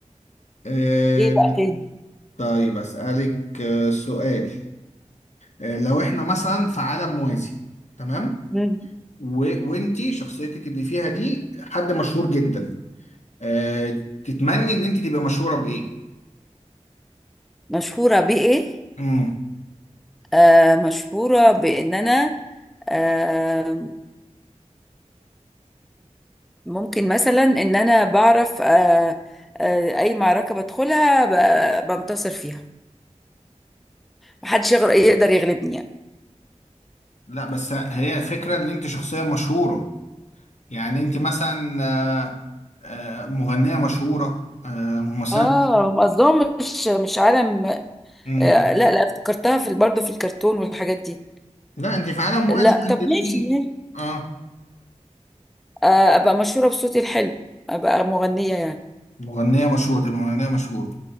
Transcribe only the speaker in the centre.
ايه بقى تاني
مم.
مشهورة بإيه
آه، مشهورة بإن أنا آه، ممكن مثلا إن أنا بعرف آه، آه، أي معركة بدخلها ب- بنتصر فيها محدش يغر- يقدر يغلبني يعني
اه هم قصدهم مش مش عالم آه،
لا لا افتكرتها في برضه في الكرتون والحاجات دي
لا
طب
ماشي ماشي
آه، أبقى مشهورة بصوتي الحلو أبقى مغنية يعني